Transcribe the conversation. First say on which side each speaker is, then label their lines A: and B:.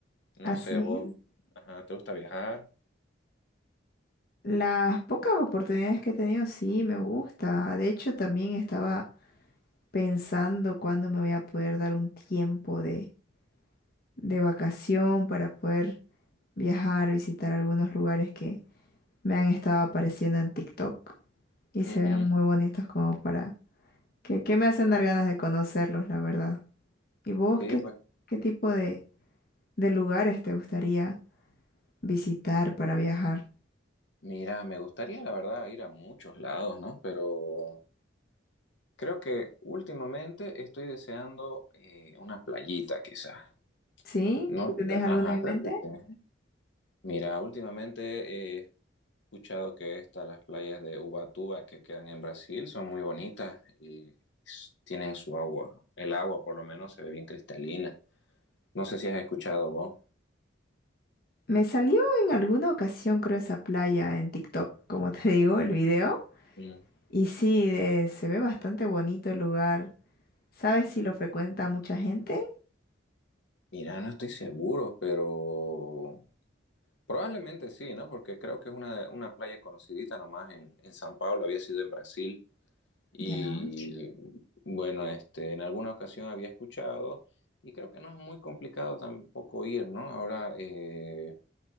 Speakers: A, on the left (about 70°); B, on the left (about 50°).
A: No
B: Así.
A: sé, a vos, ajá, ¿te gusta viajar?
B: Las pocas oportunidades que he tenido, sí, me gusta. De hecho, también estaba pensando cuándo me voy a poder dar un tiempo de, de vacación para poder viajar, visitar algunos lugares que me han estado apareciendo en TikTok y se
A: Ujú.
B: ven muy bonitos como para que, que me hacen dar ganas de conocerlos, la verdad. ¿Y vos
A: Sí,
B: qué,
A: pues
B: qué tipo de, de lugares te gustaría? visitar para viajar.
A: mira, me gustaría la verdad ir a muchos lados, ¿no? Pero creo que últimamente estoy deseando eh, una playita quizás.
B: ¿Sí?
A: No,
B: ¿Tenés alguna
A: ajá,
B: en
A: creo
B: mente?
A: que sí. Mira, últimamente he escuchado que estas, las playas de Ubatuba que quedan en Brasil, son muy bonitas y s- tienen su agua. El agua, por lo menos, se ve bien cristalina. No sé si has escuchado vos.
B: Me salió en alguna ocasión, creo, esa playa en TikTok, como te <laughs> digo, el video.
A: Mm.
B: Y sí, eh, se ve bastante bonito el lugar. ¿Sabes si lo frecuenta mucha gente?
A: Mira, no estoy seguro, pero probablemente sí, ¿no? Porque creo que es una, una playa conocidita nomás en, en San Pablo, había sido en Brasil. Y
B: Ya.
A: bueno, este, en alguna ocasión había escuchado y creo que no es muy complicado tampoco ir, ¿no? Ahora, eh,